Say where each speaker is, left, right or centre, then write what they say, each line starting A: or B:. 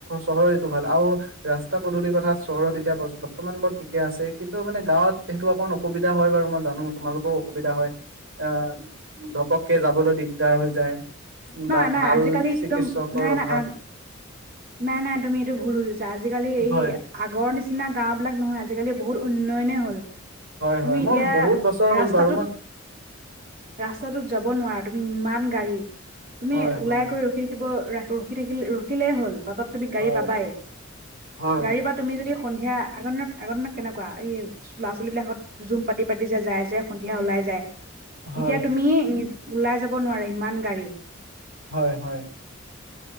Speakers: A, on the right; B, on the right.
A: চহৰ এইটো ভাল আৰু ৰাস্তা পদূলিৰ কথা চহৰত এতিয়া বৰ্তমান বৰ ঠিকে আছে কিন্তু মানে গাঁৱত সেইটো অকমান অসুবিধা হয় বাৰু মই জানো তোমালোকৰো অসুবিধা হয়, আহ ধপককে যাবলৈ দিগদাৰ হৈ যায়।
B: নাই
A: বা
B: নাই
A: ভাল
B: আজিকালি একদম
A: চিকিৎসকৰ
B: নাই
A: অভাৱ
B: নাই আ নাই নাই তুমি এইটো ভুল বুজিছা আজিকালি এই।
A: হয়
B: আগৰ নিচিনা গাঁওবিলাক নহয় আজিকালি বহুত উন্নয়নেই হ'ল।
A: হয়
B: তুমি
A: হয় মই
B: এতিয়া
A: বহুত বছৰ হ'ল
B: ৰাস্তাটোত
A: বাৰু মই
B: ৰাস্তাটোত যাব নোৱাৰা। তুমি ইমান গাড়ী তুমি
A: হয়
B: ওলাই
A: হয়
B: কৰি ৰখি থাকিব। ৰা ৰখি থাকিল ৰখিলে হ'ল বাটত। তুমি গাড়ী
A: হয়
B: পাবাই
A: হয়
B: গাড়ীৰ পা তুমি যদি সন্ধিয়া। আগৰ দিনত আগৰ দিনত কেনেকুৱা এই ল'ৰা ছোৱালী বিলাকহঁত। জুম পাতি পাতি যে যাই যে সন্ধিয়া ওলাই যায়
A: হয়
B: এতিয়া তুমি নিজে ওলাই যাব নোৱাৰে ইমান গাড়ী
A: হয় হয়।